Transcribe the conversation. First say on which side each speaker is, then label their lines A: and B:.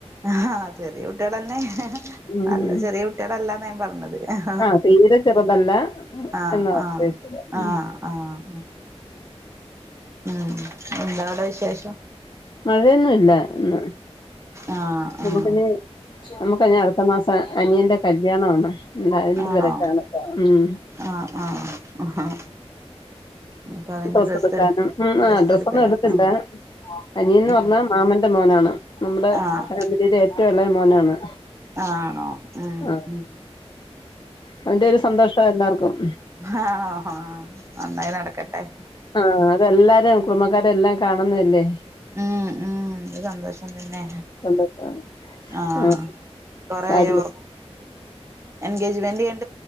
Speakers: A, on the right (about 25°); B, on the left (about 45°).
A: ആഹ് ചെറിയ കുട്ടികൾന്നെ
B: ഉം
A: നല്ല ചെറിയ കുട്ടികളല്ലാന്ന ഞാൻ പറഞ്ഞത് ആ
B: ആഹ് തീരെ ചെറുതല്ല
A: ആഹ ആഹ
B: എന്നാ ഉദ്ദേശിച്ചത് ഉം
A: ആഹ് ആഹ ഉം എന്താ അവിടെ വിശേഷം
B: മഴയൊന്നു ഇല്ല ഇന്ന്
A: ആഹ്
B: നമുക്ക
A: ആഹ്
B: ഇനി നമുക്ക്നി അടുത്ത മാസം അനിയന്റെ കല്യാണ ആണ് ഉം അതിന്റെ
A: ആണോ
B: തിരകാണപ്പ ഉം
A: ആഹ് ആഹ് ആഹ് അപ്പൊ അതിന്റെ
B: ഡ്ര
A: ഡ്രസ്സ്
B: എടുക്കാനും ഉം ആ ഡ്രസ്സ്
A: എടുക്കല്ലോ
B: ഒന്നും എടുത്തില്ല
A: ആഹ്
B: അനിയന്ന്
A: ഉം
B: പറഞ്ഞാ മാമന്റെ മോനാണ് നമ്മുടെ
A: ആഹ്
B: ഫാമിലിയിലെ ഏറ്റവും എളേ മോനാണ്
A: ആണോ ഉം
B: ആ
A: ഉം
B: അതിന്റെ ഒരു സന്തോഷം എല്ലാർക്കും
A: ആഹ്ഹ നന്നായി നടക്കട്ടെ
B: ആഹ് അതെല്ലാരും കുടുംബക്കാരെ എല്ലാം കാണുന്നല്ലേ
A: ഉം ഉം സന്തോഷം ന്നെ
B: സന്തോഷാ
A: ആഹ്
B: ആ
A: കൊറ
B: സാരിയൊ
A: ഓർ എൻഗേജ്മെന്റ് കഴി